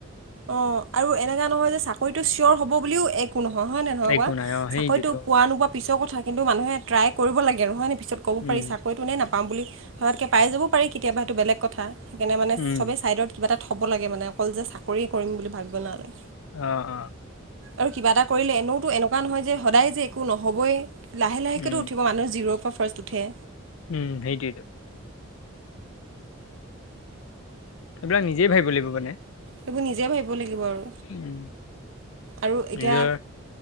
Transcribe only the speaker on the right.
অ আৰু এনেকা নহয় যে চাকৰিটো চিয়ৰ হ'ব বুলিও এক একো নহয় হয় নে নহয়
কোৱা
চাকৰিটো পোৱা নোপোৱা পিছৰ কথা কিন্তু মানুহে ট্ৰাই কৰিব লাগে হয়নে? পিছত ক'ব
পাৰি চাকৰিতটো নেপাম বুলি ভবাতকৈ পাই যাব পাৰি কেতিয়াবা এইটো বেলেগ কথা সেইকাৰণে মানে
ছবেই ছাইডত কিবা এটা থ'ব লাগে মানে অকল যে কৰি কৰিম বুলি ভাবিব নালাগে।
আৰু কিবা এটা কৰিলে এনেওতো এনেকুৱা নহয় যে সদায় যে একো নহবই লাহে লাহেকৈতো
উঠিব মানুহ জিৰৌ পৰা ফাৰ্ষ্ট উঠে।
সেইবোৰ নিজে ভাবিব লাগিব আৰু।
আৰু এতিয়া